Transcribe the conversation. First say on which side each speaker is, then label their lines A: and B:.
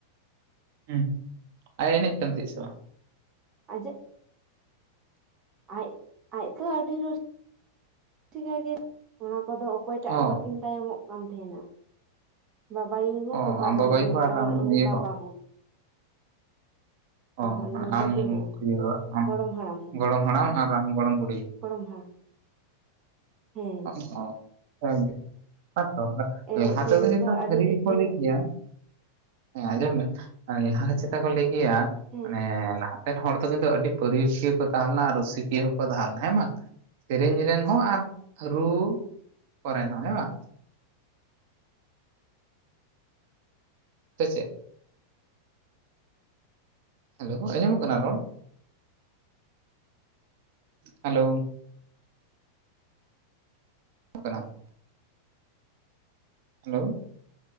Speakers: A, on the right (about 50°); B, on the right (about 30°).
A: ᱦᱩᱸ ᱟᱡ ᱮ ᱮᱱᱮᱡ ᱠᱟᱱ ᱛᱟᱦᱮᱱᱟ ᱥᱮ ᱵᱟ?
B: ᱟᱸᱡᱟᱜ ᱟᱡ ᱟᱡ ᱫᱚ ᱟᱹᱰᱤ ᱨᱩᱥᱤ <inaudible> ᱥᱤ ᱠᱟ ᱜᱮ ᱚᱱᱟ ᱠᱚᱫᱚ ᱚᱠᱚᱭᱴᱟᱜ
A: ᱚ
B: ᱜᱮ ᱵᱟᱹᱠᱤᱱ ᱛᱟᱭᱚᱢᱚᱜ ᱠᱟᱱ ᱛᱟᱦᱮᱱᱟ ᱵᱟᱵᱟᱭᱩ ᱦᱚᱸ
A: ᱚ
B: ᱵᱟᱵᱟ
A: ᱟᱢ ᱟᱭᱳ
B: ᱟᱨ
A: ᱟᱢ
B: ᱩᱱᱤ
A: ᱤᱭᱟᱹ
B: ᱵᱟᱵᱟ ᱦᱚᱸ ᱦᱚᱸ
A: ᱚ ᱢᱟᱱᱮ
B: ᱫᱟᱫᱩ
A: ᱟᱢ
B: ᱦᱚᱸ
A: ᱤᱭᱟᱹ ᱟᱢ
B: ᱜᱚᱲᱚᱢ ᱦᱟᱲᱟᱢ ᱦᱚᱸ
A: ᱜᱚᱲᱚᱢ ᱦᱟᱲᱟᱢ ᱟᱨ ᱟᱢ ᱜᱚᱲᱚᱢ ᱵᱩᱰᱦᱤ
B: ᱜᱚᱲᱚᱢ ᱦᱟᱲᱟᱢ ᱦᱮᱸ
A: <unintelligible> ᱠᱟᱜ ᱜᱮ ᱟᱫᱚ
B: ᱮᱱᱮᱡ
A: ᱞᱟᱦᱟ
B: ᱥᱮᱨᱮᱧ
A: ᱛᱮᱫ
B: ᱫᱚ ᱟᱹᱰᱤ
A: ᱥᱟᱹᱨᱤ
B: ᱜᱮᱠᱤᱱ
A: ᱜᱮᱠ ᱞᱟᱹᱭ ᱠᱮᱭᱟ ᱦᱮᱸ ᱟᱸᱡᱚᱢ ᱢᱮᱱ ᱞᱟᱦᱟ ᱪᱮᱛᱟ ᱠᱚ ᱞᱟᱹᱭ ᱠᱮᱭᱟ
B: ᱦᱮᱸ
A: ᱢᱟᱱᱮ ᱞᱟᱦᱟᱼᱼ ᱨᱮᱱ ᱦᱚᱲ ᱫᱚ ᱠᱤᱱᱛᱩ ᱟᱹᱰᱤ ᱯᱟᱹᱨᱟᱹᱭᱟᱹᱥᱤᱭᱟᱹ ᱠᱚ ᱛᱟᱦᱮᱸ ᱞᱮᱱᱟ ᱟᱨ ᱨᱩᱥᱤᱠᱤᱭᱟᱹ ᱦᱚᱸᱠᱚ ᱛᱟᱦᱮᱸ ᱞᱮᱱᱟ ᱦᱮᱸ ᱵᱟᱝ ᱥᱮᱨᱮᱧ ᱨᱮᱱ ᱦᱚᱸ ᱟᱨ ᱨᱩ ᱠᱚᱨᱮᱱ ᱦᱚᱸ ᱦᱮᱸ ᱵᱟᱝ ᱥᱮ ᱪᱮᱫ ᱦᱮᱞᱳ ᱟᱸᱡᱚᱢᱚᱜ ᱠᱟᱱᱟ ᱨᱚᱲ ᱦᱮᱞᱳ <unintelligible> ᱦᱮᱞᱳ